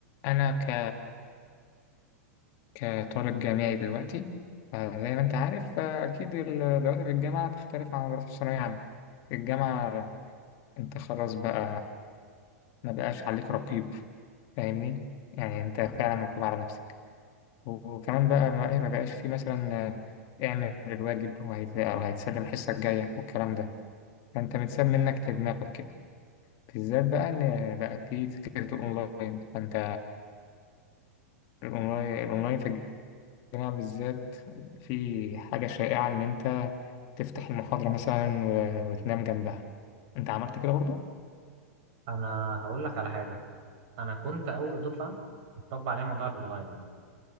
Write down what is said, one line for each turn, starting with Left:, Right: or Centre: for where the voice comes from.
Left: أنا ك... كطالب جامعي دلوقتي آه، زي ما أنت عارف آه، أكيد الدراسة في الجامعة تختلف عن الدراسة في الثانوية عامة في الجامعة أنت خلاص بقى ما بقاش عليك رقيب فاهمني يعني أنت فعلا مطلوب على نفسك وكمان بقى ما إيه، ما بقاش في مثلا آه، اعمل الواجب وهيت- أو هيتسلم الحصة الجاية والكلام ده فأنت متساب منك لدماغك كده بالذات بقى إن بقى في فكرة الأونلاين فأنت الأونلاين الأونلاين في الجامعة بالذات في حاجة شائعة إن أنت تفتح المحاضرة مثلا و- وتنام جنبها أنت عملت كده برضو؟
Right: انا هقول لك على حاجه انا كنت اول دفعه اتطبق عليها موضوع الاونلاين